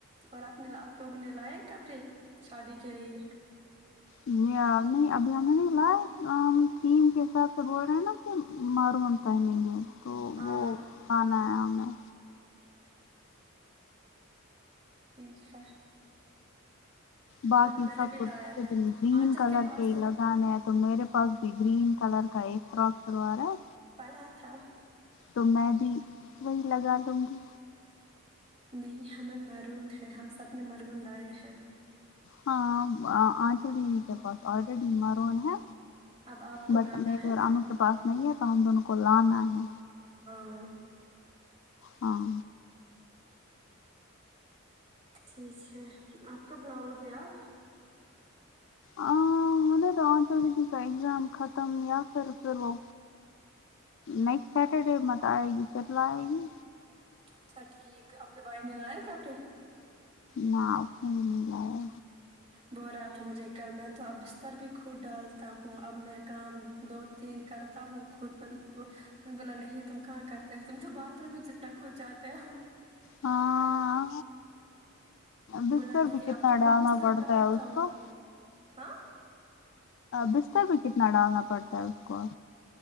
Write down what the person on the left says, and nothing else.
نہیں ابھی ہم نے نہیں لائے ہم تھیم کے حساب سے بول رہے ہیں نا مرون پہنیں گے تو
وہ کانا ہے ہمیں
باقی
سب
کچھ
گرین
کلر
کے ہی
لگانے ہیں تو میرے پاس گرین کلر کا ایک فراک سلو رہا ہے
تو میں بھی وہی لگا لوں گی
ہاں آنشو دیوی کے پاس آلریڈی ایمار ون ہے
بٹ
میرے
اھر رانو کے پاس نہیں ہے تو ہم دون کو لانا ہے
ہاں
ہ مینی دو کو اگزام ختم یا پھر پھر وہ نیکسٹ سیٹرڈے مت آئے گی فتلا آئے گی
نہ اے بھی نہیں لایا
ہاں بستر
بھی کتنا
ڈالنا
پڑتا
ہے اس
کو
بستر بھی کتنا ڈالنا پڑتا ہے اس کو